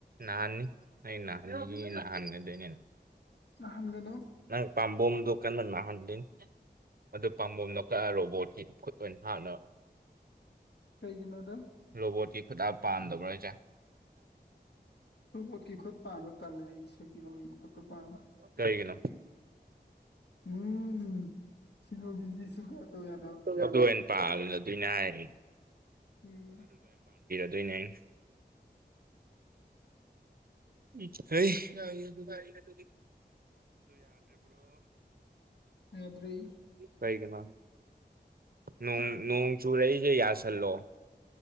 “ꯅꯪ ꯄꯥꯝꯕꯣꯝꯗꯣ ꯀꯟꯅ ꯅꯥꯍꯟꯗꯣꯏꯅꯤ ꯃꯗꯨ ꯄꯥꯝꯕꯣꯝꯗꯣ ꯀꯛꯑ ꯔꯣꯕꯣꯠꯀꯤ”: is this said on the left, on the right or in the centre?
Right